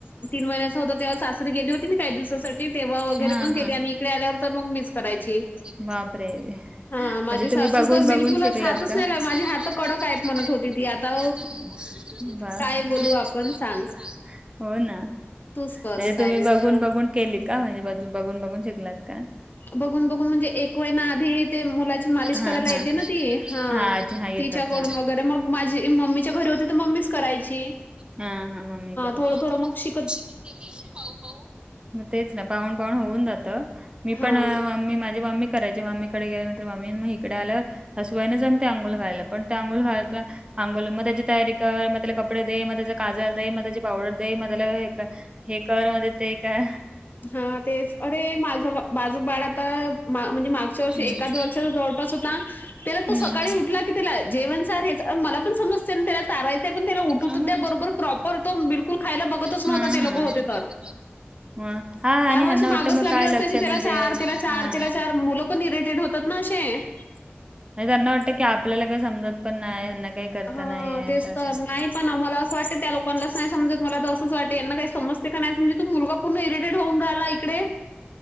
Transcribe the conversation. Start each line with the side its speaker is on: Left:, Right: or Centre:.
Left: म होत तेव्हा सासरी गेली होती काही दिवसासाठी तेव्हा वगैरे
Right: हा
Left: पण
Right: हा
Left: केले आणि इकडे आल्यावर तर मग मिस करायची
Right: बापरे
Left: हां,
Right: म्हणजे
Left: माझी सासू
Right: तुम्ही बघून
Left: तर
Right: बघून
Left: बिलकुलच
Right: शिकलात
Left: हातच
Right: का
Left: नाही
Right: माझ
Left: लावत. माझे हात
Right: हातडक
Left: कडक आहेत म्हणत
Right: आहेतत
Left: होती ती.
Right: होते
Left: आता
Right: त आता बा
Left: काय बोलू
Right: बोल
Left: आपण
Right: आपण
Left: सांग?
Right: हो ना
Left: तूच कर
Right: म्हणजे
Left: असं
Right: तुम्ही
Left: आहे त्यांचं.
Right: बघून बघून केली का म्हणजे बघ बघून बघून शिकलात का
Left: बघून बघून म्हणजे एक वे ना आधी माश
Right: हा
Left: करायला
Right: हा
Left: येते ना त
Right: हा आजी हा येतात
Left: तिच्याकडून
Right: हा
Left: वरे म माझ च्या घरी होती त मम्मी करायची
Right: हा हा मममी ग
Left: थो थोड मग श
Right: शिकत गेली पा पा मग तेच ना पाहन पाहण होऊन जात मी
Left: हां.
Right: पण मम्मी माझी माम्मी करायचे माम्मीकडे गेल्यानंतर माम्मी मग इकडे आल्यावर त्याशिवायनेच आम् ते अंोोल घायला पण त्या अंोलळ घायला अंघोोल मग त्याची तयारी कर मग त्याला कपडे दे मग त्याचा काजल दे मग त्याची पावडर दे म त्याला हे कररामध्ये ते का
Left: हा तेच अरे माझं माझं बाळ आता म्हणजे मागच्या वर्ष
Right: हम्म
Left: एकाद वर्षा जवळपास होता त्याला तो
Right: हम्म
Left: सकाळी उठला की, त्याला जेवण सारच मला पण समजते ना त्याला चारायचंय, पण त्याला उठत
Right: हा मग
Left: द्या बरोबर प्रॉपर तो बिलकुल खायला बघतच नव्हता,
Right: हा हा
Left: ते लोक होते तर.
Right: <unintelligible> <inaudible> हा
Left: कारण
Right: आणि ह्यांना
Left: अशी मागच
Right: वाटतं मग
Left: लागले
Right: काय
Left: असायची,
Right: लक्ष
Left: त्याला
Right: न
Left: चार,
Right: देत
Left: त्याला चार,
Right: हा
Left: तेला चार मुलं पण ररेटेड होत. <unintelligible> <inaudible>
Right: आणि त्यांना वाटत की, आपल्याला काय समजत पण नाही, हेना काही करता
Left: हा,
Right: नाही येत
Left: तेच
Right: असं.
Left: तर, नाही पण आम्हाला असं वाटत त्या लोकांनाच नाही, समजत मला वाटे यांना काही समजत का नाही, म्हनजे तू मुलगा पूर्ण इरिटेड होऊन राहिला इकडे